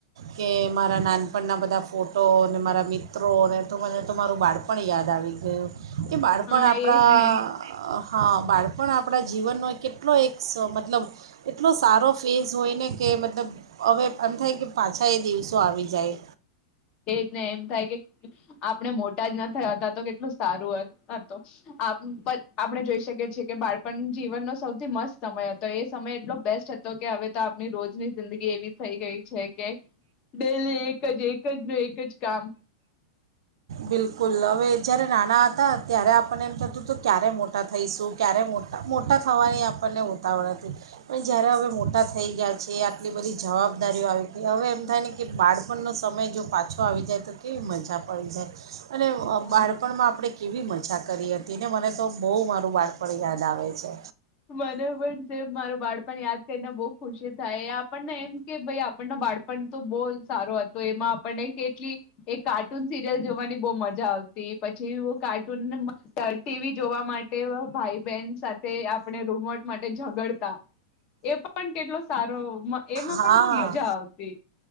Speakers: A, on the right (about 80°); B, on the left (about 40°).
A: કે મારા નાનપણના બધા ફોટો ને મારા મિત્રોને તો મને તો મારું બાળપણ યાદ દા આવી ગયું. એ બાળપણ
B: હા
A: આપણા
B: એજ ને
A: હા બાળ પણ આપણા જીવનનો કેટલો એક સ મતલબ એટલો સારો ફેઝ હોયને. કે મતલબ હવે એમ થાય કે પાછા એ દિવસો આવી જાય.
B: એ જને એમ થાય, કે આપણે મોટા જ ના હતા, તો કેટલું સારું હતું આપણે જોઈ શકીએ છીએ. કે બાળપણ જીવનનો સૌથી મસ્ત સમય હતો. એ સમય એટલો બેસ્ટ હતો, કે હવે તો આપણી રોજની જિંદગી એવી થઈ ગઈ છે. કેલી એક એક જ ન એક જ કામ
A: બિલકુલ હવે જ્યારે નાણાં હતા ત્યારે આપણને એમ થતું, તો ક્યારે મોટા થઈશું. ક્યારે મોટા મોટા થવાની આપણને ઉતાવળ હતી, પણ જ્યારે હવે મોટા થઈ ગયા છે. આટલી બધી જવાબદારીઓ આવી હતી હવે એમ થાય. ને કે બાળપણનો સમય જો પાછો આવી જાય. તો કેવી મજા પડી જાય. અને
B: હા
A: બાળપણમાં આપણે કેવી મજા ઈચ્છા કરી હતી ને મને તો બહુ મારું બાળપણ યાદ આવે છે.
B: મને પણ મારું બાળપણ યાદ કરીને બહુ ખુશી થાય. આપણને એમ કે ભાઈ આપણ ન બાળપણ તો બહુ સારો હતો, એમાં આપણને કેટલી એ કાર્ટૂન સિરિયલ જોવાની બહ મજા આવતી. પછી કાર્ટૂન ટીવી જોવા માટે ભાઈ બહેન સાથે આપણે રૂમવટ માટે ઝગડતા એ પણ કેટલો સારો એમાં
A: હા
B: પણ બહુ મજા આવતી.